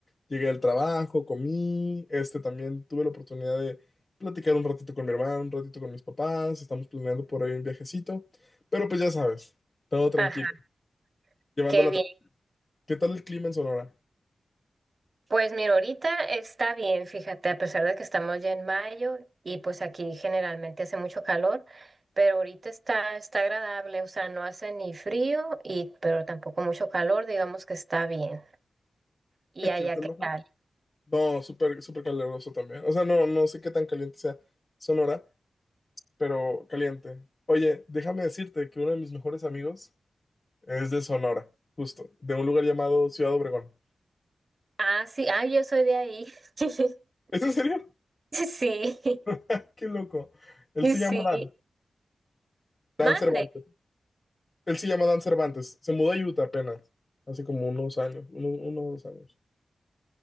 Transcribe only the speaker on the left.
llegué al trabajo, comí, este también tuve la oportunidad de platicar un ratito con mi hermano, un ratito con mis papás, estamos planeando por ahí un viajecito, pero pues ya sabes, todo tranquilo,
llevándola
tranquila. ¿Qué tal el clima en Sonora?
<laughs>
¿Es
cierto,
Majo?
No, súper, súper caluroso también, o sea, no, no sé qué tan caliente sea Sonora, pero caliente. Oye, déjame decirte que uno de mis mejores amigos es de Sonora, justo, de un lugar llamado Ciudad Obregón.
¿Es en serio?
<laughs> Qué loco. Él
se llama Dan, Dan
Cervantes. Él se llama Dan Cervantes. Se mudó a Utah apenas, hace como unos años, uno, uno o dos años.